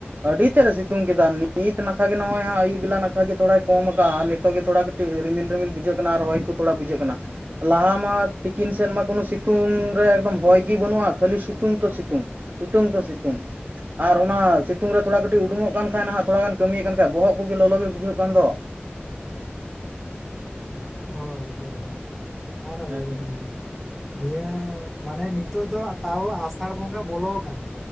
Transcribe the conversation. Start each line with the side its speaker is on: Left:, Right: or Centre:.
Right: ᱟᱹᱰᱤ ᱛᱮᱫ ᱮ ᱥᱤᱛᱩᱝ ᱠᱮᱫᱟ ᱱᱤᱛ ᱱᱟᱠᱷᱟ ᱜᱮ ᱱᱚᱜ-ᱚᱭ ᱟᱹᱭᱩᱵ ᱵᱮᱞᱟ ᱱᱟᱠᱷᱟᱜ ᱜᱮ ᱛᱷᱚᱲᱟᱭ ᱠᱚᱢ ᱠᱟᱜ-ᱟ, ᱱᱤᱛᱚᱜ ᱜᱮ ᱛᱷᱚᱲᱟ <unintelligible> ᱨᱤᱢᱤᱞ ᱨᱤᱢᱤᱞ ᱵᱩᱡᱷᱟᱹᱜ ᱠᱟᱱᱟ ᱟᱨ ᱦᱚᱭ ᱠᱚ ᱛᱷᱚᱲᱟ ᱵᱩᱡᱷᱟᱹᱜ ᱠᱟᱱᱟ, ᱞᱟᱦᱟ ᱢᱟ ᱛᱤᱠᱤᱱ ᱥᱮᱫ ᱢᱟ ᱠᱳᱱᱳ ᱥᱤᱛᱩᱝ ᱨᱮ ᱮᱠᱫᱚᱢ ᱦᱚᱭᱜᱤ ᱵᱟᱹᱱᱩᱜ-ᱟ, ᱠᱷᱟᱹᱞᱤ ᱥᱤᱛᱩᱝ ᱛᱚ ᱥᱤᱛᱩᱝ ᱥᱤᱛᱩᱝ ᱛᱚ ᱥᱤᱛᱩᱝ ᱟᱨ ᱚᱱᱟ ᱥᱤᱛᱩᱝ ᱛᱷᱚᱲᱟ ᱠᱟᱹᱴᱤᱡ ᱩᱰᱩᱝᱚᱜ ᱠᱟᱱ ᱠᱷᱟᱡ ᱱᱟᱦᱟᱸᱜ ᱛᱷᱚᱲᱟ ᱜᱟᱱ ᱠᱟᱹᱢᱤᱭᱮᱫ ᱠᱟᱱ ᱠᱷᱟᱡ ᱵᱚᱦᱚᱜ ᱠᱚᱜᱮ ᱞᱚᱞᱚᱜ ᱜᱮ ᱵᱩᱡᱷᱟᱹᱜ ᱠᱟᱱ ᱫᱚ᱾
Centre: ᱦᱳᱭ ᱦᱳᱭ, ᱟᱨ ᱟᱞᱚᱵᱤᱱ
Right: ᱦᱮᱸ
Centre: ᱞᱟᱹᱭᱟ ᱱᱤᱭᱟᱹ ᱢᱟᱱᱮ ᱱᱤᱛᱚᱜ ᱫᱚ ᱛᱟᱣ ᱟᱥᱟᱲ ᱵᱚᱸᱜᱟ ᱵᱚᱞᱚ ᱟᱠᱟᱱᱟ᱾